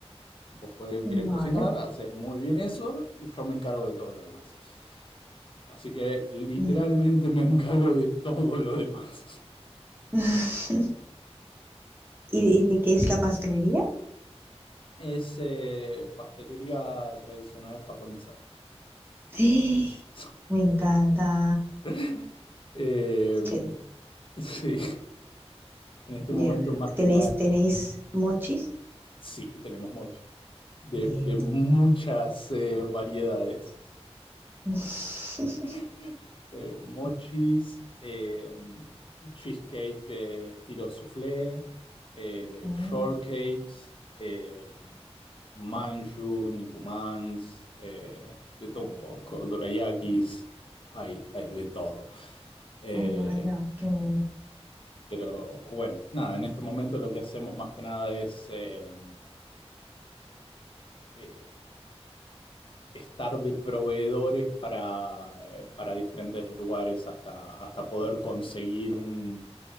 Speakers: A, on the left; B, on the right.
A: Vos co-
B: Vale.
A: querés cocinar, haces muy bien eso, y yo me encargo de todo lo demás. Así que literalmente
B: Mm.
A: me encargo de todo lo demás.
B: <laughs> ¿Y, y de qué es la pastelería?
A: Es eh, pastelería tradicional japonesa.
B: <gasps>
A: Es. <laughs>
B: Me encanta.
A: <laughs> Eh,
B: Che,
A: sí, en este
B: yo-
A: momento más
B: ¿Tenéis,
A: que nada,
B: tenéis mochis?
A: sí, tenemos mochis de,
B: Bien,
A: de
B: bien.
A: muchas eh, variedades.
B: <laughs>
A: <laughs> Eh, mochis, eh, cheesecake eh, estilo soufflé, eh,
B: Oh,
A: shortcakes, eh, manju, nikumans, eh, de todo un poco, dorayakis, hay, hay de todo. Eh,
B: oh, vaya, qué bueno.
A: Pero bueno, nada, en este momento lo que hacemos más que nada es eh, eh, estar de proveedores para, eh, para diferentes lugares hasta, hasta poder conseguir un,